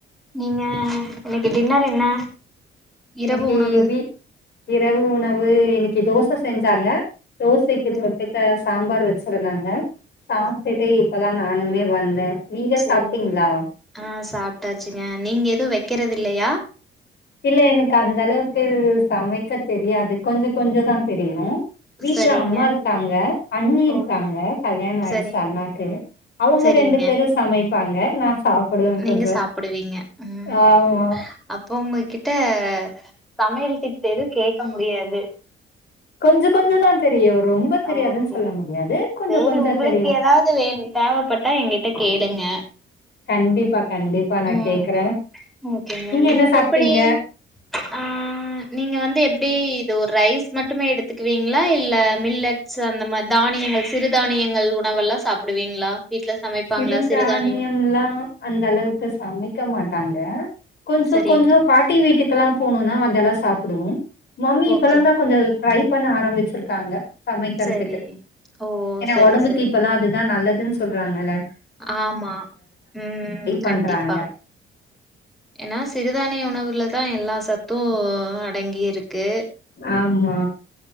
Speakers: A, in the centre; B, on the left.
A: நீங்க இன்னைக்கி டின்னர் என்ன
B: இன்னைக்கி
A: இரவு உணவு
B: வீட் இரவு உணவு எனக் தோ தோச செஞ்சாங்க தோசைக்கு
A: சரி
B: தொட்டுக்க சாம்பார் வச்சுருந்தாங்க சாப்டுட்டே இப்பதா நானுமே வந் வந்தே நீங்க
A: செரி
B: சாப்ட்டீங்களா
A: ஆ சாப்ட்டாச்சுங்க நீங்க எது வெக் வைக்கிறதில்லயா
B: இல்ல எனக்கு அந்த அளவுக்கு சமைக்க தெரியாது கொஞ்சோ கொஞ்ச தா தெரியு வீட்ல
A: சரிங்க
B: அம்மா இருக்காங்க அண்ணி இருக்காங்க
A: ஓ
B: கல்யாணோ ஆச்சு
A: சரிங்
B: அண்ணாக்கு அவுங்க
A: சரிங்க
B: ரெண்டு பேரு சமைப் ப்பாங்க நா சாப்பிடுவே
A: நீங்க
B: கொஞ்சோ
A: சாப்புடுவீங்க ம்
B: ஆ
A: அப்ப உங்க கிட் கிட்ட சமையல் டிப்ஸ் எதுவு கேக்க முடியாது
B: கொஞ்ச கொஞ்சதா தெரியு ரொம்ப தெரியாதுன்னு
A: ஆ ஓகே
B: சொல்ல முடியாது கொஞ்ச
A: சேரி
B: கொஞ்ச
A: உங்களுக்கு
B: தெரியு
A: எதாவது வேண் தேவப்பட்டா எங்கிட்ட கேளுங்க
B: கண்டிப்பா கண்டிப்பா நா
A: ம்
B: கேக்குறே
A: ஓக்கேங்க நீங்க
B: என்ன சாப்ட்டீங்க
A: எப்டி ஆ நீங்க வந்து எப்டி இந்த ஒரு ரைஸ் மட்டுமே எடுத்துக்குவீங்களா இல்ல மில்லட் நட்ஸ் அந்த மாரி தானியங்கள் சிறுதானியங்கள் உணவு எல்லா சாப்டுவீங்களா வீட்ல சமைப்பாங்களா
B: சிறு
A: சிறுதானியோ
B: தானியம் எல்லா அந்த அளவுக்கு சமைக்க மாட் ட்டாங்க கொஞ்ச
A: சரி
B: கொஞ்ச பாட்டி வீட்டுக்கெல்லா போனணுனா அதெல்லாஸ் சாப்பிடுவோ மம்மி இப்பல்லாந்தா
A: ஓகே
B: கொஞ்ச ட்ரை பண்ண ஆரம்பிச்சிருக்காங்க சமைக்கறத்துக்கு
A: சரி ஓ
B: ஏன்னா
A: சரி
B: ஒடம்புக்கு
A: சரி
B: இப்பல்லா அதுதா நல்லதுன் சொல்றாங்க இல்ல
A: ஆமா உம்
B: பண்றாங்க
A: கண்டிப்பா ஏன்னா சிறுதானிய உணவுலதா இப் எல்லா சத்து அடங்கி இருக்கு
B: ஆம்மா